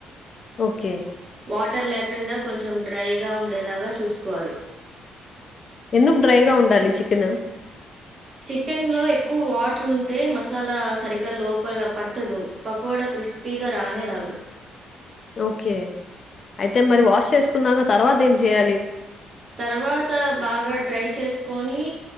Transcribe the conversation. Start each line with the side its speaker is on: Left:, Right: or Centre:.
Left: ఓకే.
Right: వాటర్ లేకుండా. కొంచెం డ్రైగా ఉండేలాగా చూసుకోవాలి.
Left: ఎందుకు డ్రైగా ఉండాలి చికెన్.
Right: చికెన్ లో ఎక్కువ వాటర్ ఉంటే మసాలా సరిగా లోపల పట్టదు పకోడా క్రిస్పీగా రానే రాదు.
Left: ఓకే అయితే మరి వాష్ చేసుకున్నాక తర్వాత ఏం చేయాలి.
Right: తర్వాత బాగా డ్రై చేసుకొని